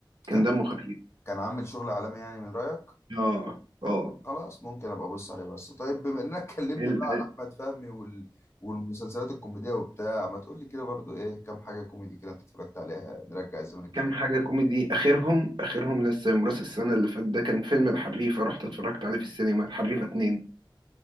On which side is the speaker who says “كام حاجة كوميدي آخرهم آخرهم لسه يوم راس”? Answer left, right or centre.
Right